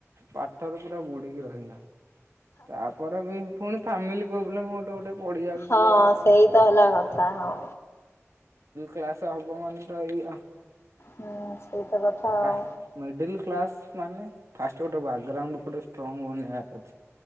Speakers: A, on the right (about 75°); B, on the left (about 60°).
A: ପାଠର ପୁରା ବୁଡିକି ରହି ତାପରେ ବି ପୁଣି ଫାମିଲି ପ୍ରୋବଲେମ୍ଉଟ ଗୋଟେ। ବଢି ଯାଉଛି
B: ହଁ
A: କଣ?
B: ସେଇ ତ ହେଲା କଥା ହଁ।
A: କ୍ଲାସ ହବ ମାନେ ତ ଏଇ
B: ହୁଁ। ସେଇତ କଥା
A: ଫ
B: ଆଉ
A: ମିଡିଲ୍ କ୍ଲାସ୍ ମାନେ ଫାଷ୍ଟ ଗୋଟେ ବକଗ୍ରାଉଣ୍ଡ ଗୋଟେ ଷ୍ଟ୍ରଙ୍ଗ ବନେଇବାର ଅଛି